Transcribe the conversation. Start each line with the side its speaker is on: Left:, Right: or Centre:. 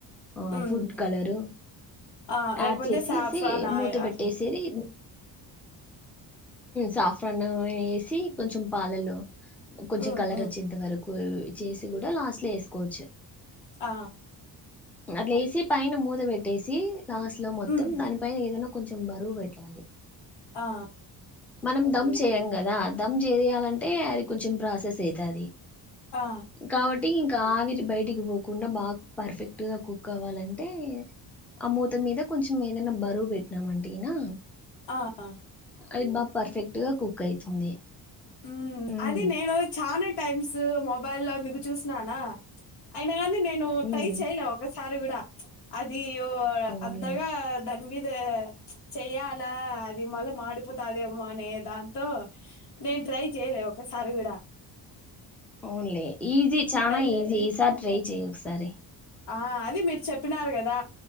Centre: ఆ
Left: ఉమ్
Centre: ఫుడ్ కలరు
Left: ఆ లేకపోతే
Centre: యాడ్ చేససి
Left: సాఫ్రాన్
Centre: మూత
Left: ఆయిల్ అట్లా
Centre: పెట్టేసేది సాఫ్రాను వేసి కొంచెం పాలలు కొంచెం
Left: ఉమ్
Centre: కలర్
Left: ఉమ్
Centre: వచ్చేంత వరకు చేసి కూడా లాస్ట్ లో వేసుకోవచ్చు
Left: ఆ
Centre: అట్లేసి పైన మూత పెట్టేసి లాస్ట్ లో మొత్తం
Left: ఉమ్
Centre: దాని పైన ఏదైనా కొంచెం బరువు పెట్టాలి
Left: ఆ
Centre: మనం దమ్ చేయం కదా అర్ధం చేయాలంటే అది కొంచెం ప్రాసెస్ అవుతుది
Left: ఆ
Centre: కావటి ఆవిరి భయటిక్ పోకుండా బా పర్ఫెక్ట్ ఎక్టుగా కుక్ అవ్వాలంటే ఆమూత మీద కొంచెం ఏదైనా బరువు పెట్నామ అంటేనా
Left: అఆ
Centre: అది మా పర్ఫెక్ట్ గ కుక్ అయితుంది
Left: ఉ
Centre: హ్మ్.
Left: అది నేను చానట్ టైమ్స్ మొబైల్దకు చూసిననా అయిన అని నేను
Centre: హ్మ్.
Left: ట్రై చేయలే ఒకస చారి కూడ అది యో
Centre: అవునులే.
Left: అంతగా దాన్ని ఇదె చెయ్యాలా అది మళ్ళి మాడిపోతదేమో అనే దాంతో నేను ట్రై చేయలే ఒకసారి కూడ
Centre: ఓన్లీ ఈజీ చనా
Left: జేయలే.
Centre: ఈజీ ఈసారి ట్రై చెయ్ ఒకసారి
Left: ఆ అది మీరు చెప్పినారు కదా